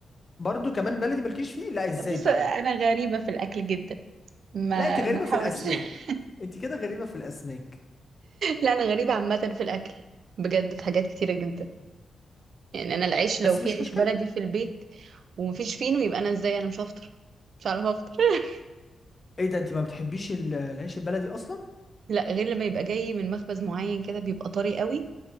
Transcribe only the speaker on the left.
برضو كمان بلدي مالكيش فيه لا ازاي
بقى
لا انت غريبة
في الاسماك
انت كده غريبة في الاسماك
بس
مش
مشكلة
ايه ده انت ما بتحبيش ال- العيش البلدي اصلا